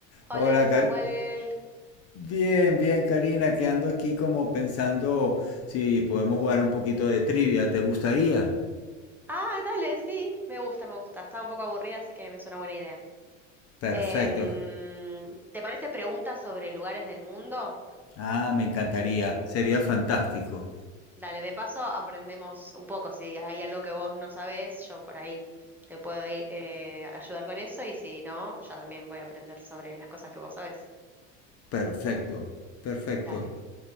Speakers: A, in the centre; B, on the left (about 40°).
A: Hola
B: Hola,
A: Samuel.
B: Car- bien, bien, Karina, que ando aquí como pensando si podemos jugar un poquito de trivia. ¿Te gustaría?
A: Ah, dale, sí, me gusta, me gusta. Estaba un poco aburrida, así que me suena buena idea.
B: Perfecto.
A: Em, ¿te parece preguntas sobre lugares del mundo?
B: Ah, me encantaría. Sería fantástico.
A: Dale, de paso aprendemos un poco. Si hay algo que vos no sabés, yo por ahí te puedo ir, eh, ayudar con eso y si no, ya también voy a aprender sobre las cosas que vos sabés.
B: Perfecto, perfecto.
A: Dale.